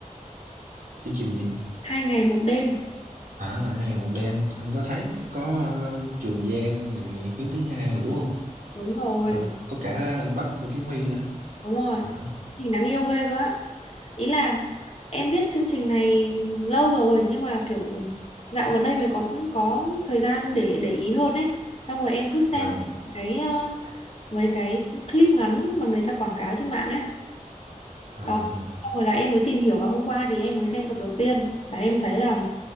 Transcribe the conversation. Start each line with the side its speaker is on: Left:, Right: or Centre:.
Right: chương trình gì
Left: Hai ngày một đêm.
Right: à hai ngày một đêm anh có thấy có ờ, Trường Giang này Hiếu thứ hai rồi đúng không
Left: Đúng rồi,
Right: à, có cả anh Bắp Ngô Kiến Huy nữa
Left: đúng rồi.
Right: à,
Left: Chương trình đáng yêu ghê cơ á. Ý là em biết chương trình này lâu rồi nhưng mà kiểu dạo gần đây mới có có thời gian để để ý hơn ấy. Xong rồi em cứ xem
Right: à,
Left: cái ờ, mấy cái clip ngắn mà người ta quảng cáo trên mạng ấy
Right: à,
Left: đó xong rồi là em mới tìm hiểu và hôm qua thì em mới xem tập đầu tiên và em thấy là